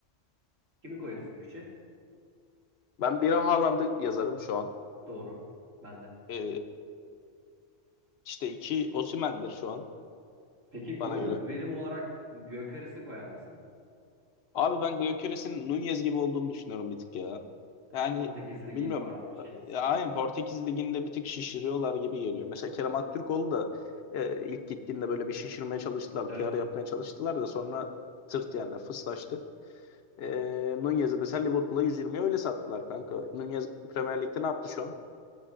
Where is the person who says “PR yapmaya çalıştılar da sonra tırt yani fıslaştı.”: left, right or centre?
Left